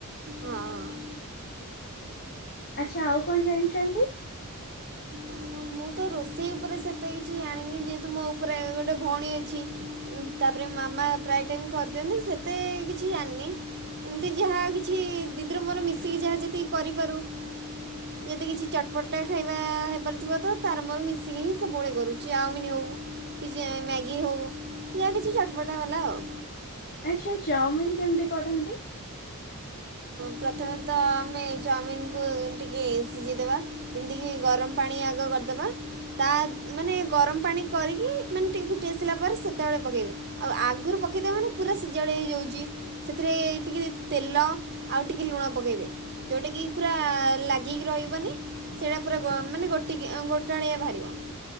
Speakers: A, on the right (about 50°); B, on the left (about 45°).
A: ହଁ।
B: ଆଚ୍ଛା ଆଉ କଣ ଜାଣିଛନ୍ତି।
A: ହ ମୁଁ ତ ରୋଷେଇ ଉପର।। ସେତେ କିଛି ଜାଣିନି ଯେହେତୁ ମୋ ଉପରେ ଗୋଟେ ଭଉଣୀ ଅଛି।। ତାପରେ ମାମା ପ୍ରାୟ ଟାଇମ୍ କରିଦିଅନ୍ତି ସେତେ କିଛି ଜାଣିନି,। ଏମିତି ଯାହା କିଛି ଦିଦିର ମୋର ମିଶିକି ଯାହା ଯେତିକି କରିପାରୁ। ଯଦି କିଛି ଚଟପଟା ଖାଇବା ହେଇପାରୁଥିବ ତ ତାର ମର ମିଶିକି ସବୁବେଳେ କରୁଛି ଚାଉମିିନ ହେଉ କିଛି ମ୍ୟାଗି ହଉ ଯାହା କିଛି ଚଟପଟା ବାଲା। ଆ ଉ।
B: ଆଚ୍ଛା ଚାଉମିିନ କେମିତି କରନ୍ତି?
A: ପ୍ରଥମେ ତ ଆମେ ଚାଉମିିନକୁ ଟିକେ ସିଝିଦେବା ଯେମିତିକି ଗରମ ପାଣି ଆଗ ଦେବା ତା ମାନେ ଗରମ ପାଣି କରିକି ମାନେ ଟିକେ ଫୁଟି ଆସିଲା ପରେ ସେତେବେଳେ ପକେଇବେ। ଆଉ ଆଗରୁ ପକାଇଦେ ମାନେ ପୁରା ସିଜଳି ଭଳିଆ ହେଇଯାଉଛି ସେଥିରେ ଟି କେ ତେଲ ଆଉ ଟିକେ ଲୁଣ ପକାଇବେ ଯେଉଁଟା କିି ପୁରା ଲାଗିକି ରହିବନି। ସେଇଟା ପୁରା ଗ ମାନେ ଗୋଟ ଗୋଟାଳିଆ ବାହାରିବ।